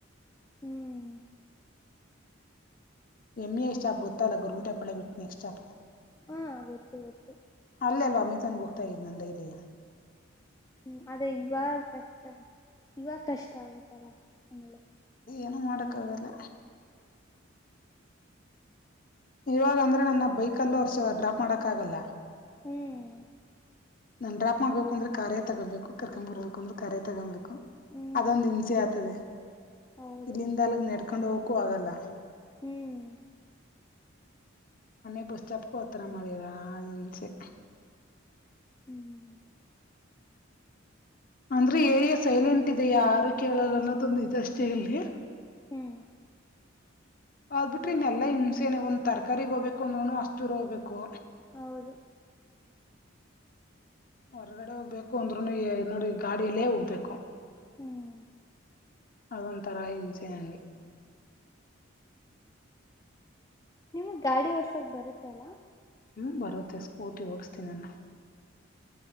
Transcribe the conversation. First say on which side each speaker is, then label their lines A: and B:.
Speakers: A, on the left; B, on the left.
A: ಹ್ಮ್
B: ಎಂಇಐಸ್್ಟಾಪ್ ಗೊತ್ತ ಅಲ್ಲ ಗುರುಂಟ ಪಳ್ಳೇಿಟ್ಟುಿ ಎಕ್ಸ್ಟ್ ಶ್ಟಾಪ್
A: ಹಾ ಗೊತ್ತು ಗೊತ್ತು
B: ಅಲ್ಲ ಅಲ್ವಾ ಅಮೆಜಾನ್ಗೆ ಹೋಗ್ತಾ ಇದ್ ನನ್ನ ೈಲಿ
A: ಹ್ಮ್ ಅದೇ ಇವ ಕಷ್ಟ ಇವಾಗ ಕಷ್ಟ ಆಗುತ್ತಲ್ಲ ಆಮಲೆ
B: ನಾನು ಮಾಡಕ್ಕ ಆಾಗಲ್ಲ ಇವಾಗ ಅಂದ್ರೆ ನನ್ನ ಬೈಕ್ಲ್ಲ ಹೊರ್ಷ ಡ್ರಾಪ್ ಮಾಡಕ್ ಆಗಲ್ಲ
A: ಹ್ಮ್
B: ನಾನ್ ಡ್ರಾಪ್ ಮಾಡಬೇಕುಂದ್ರೆ ಖೇ ತಗೊೋಬೇಕು ಕರ್ಕೊ್ ಬರ್ಬೇಕು ಅಂದ್ರೆಖಾರೆೇ ತಗೊಬೇಕು
A: ಹ್ಮ್
B: ಅದೊಂದು್ ಹಿಂಸೆ ಆಗ್ತದೆ
A: ಹೌದು
B: ಇಲ್ಲಿಂದ ಅಲಗ್ ನೆಡ್ತ ಕಕೊಂಡು ಹೋಗುವ ಆಗಲ್ಲ
A: ಹ್ಮ್
B: ಅನ್ನೇ ಬುಸ್ ಚಪ್ಕೋತರ ಮರಿ ರಚೆ
A: ಹ್ಮ್
B: ಅಂದ್ರೆ ಏರಿಯಾ ಸೈಲೆಂಟ್ ಇದೆ ಯಾರು ಕೇಳಲ್ಲ ಅನ್ನೋದೊಂದು ಇದ ಅಷ್ಟೇ ಅಲ್ಲಿ
A: ಹ್ಮ್
B: ಆದ್ಬಿಟ್ರಿ ಇನ್ನೆಲ್ಲಾ ಹಿಂಸೆನೆ ಒಂದ್ ತರಕಾರಿಗ್ ಹೋಗ್ಬೇಕು ಅಂದ್ ಹಸ್ತೂರ್ ಹೋಗ್ಬೇಕು
A: ಹೌದು
B: ಹೊರ್ಗಡೆ ಹೋಗ್ಬೇಕು ಅಂದ್ರುನು ನೋಡಿ ಗಾಡಿಯಲ್ಲೇ ಹೋಗ್ಬೇಕು
A: ಹ್ಮ್
B: ಅದೊಂಥರ ಹಿಂಸೆ ನಂಗೆ
A: ನಿಮಗ್ ಗಾಡಿ ಹೊರ್ಸಕ್ ಬರುತ್ತೆ ಅಲ
B: ಹ್ಮ್ ಬರುತ್ತೆ ಸ್ಕೂಟಿ ಓಡಿಸತೀನ ನಾನು